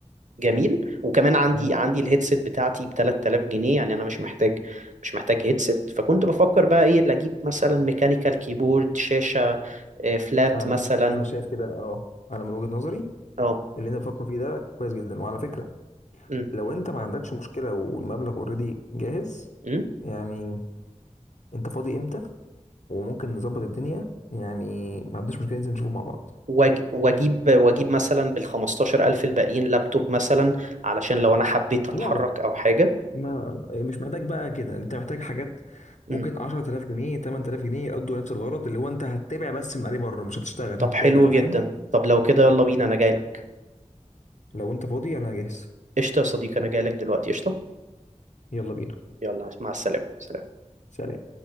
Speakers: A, on the right; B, on the left.
A: جميل وكمان عندي
B: تمام
A: عندي الهيدسيت بتاعتي ب 3000 جنيه يعني انا مش محتاج مش محتاج هيدسيت فكنت بفكر بقى ايه اللي اجيب مثلا ميكانيكال كيبورد شاشة آه، فلات
B: فهمتك
A: مثلا
B: أنا شايف كده أه أنا من وجهة نظري
A: اه
B: اللي أنت بتفكر فيه ده كويس جدا وعلى فكرة
A: امم
B: لو أنت ما عندكش مشكلة والمبلغ أوريدي جاهز
A: امم
B: يعني أنت فاضي إمتى وممكن نظبط الدنيا يعني ما عنديش مشكلة ننزل نشوفه مع بعض
A: وأج- واجيب واجيب مثلا بال 15000 الباقيين لابتوب مثلا علشان لو انا حبيت اتحرك
B: لا لا
A: او حاجة
B: ما مش محتاج بقى كده انت محتاج حاجات ممكن
A: امم
B: 10000 جنيه 8000 جنيه يقضوا نفس الغرض اللي هو انت هتتابع بس من عليه بره مش هتشتغل
A: طب
B: هتتابع
A: حلو جدا
B: فاهم
A: طب لو كده يلا بينا انا جاي لك
B: لو انت فاضي انا جاهز
A: قشطة يا صديقي انا جاي لك دلوقتي قشطة
B: يلا بينا
A: يلا مع السلامة سلام
B: سلام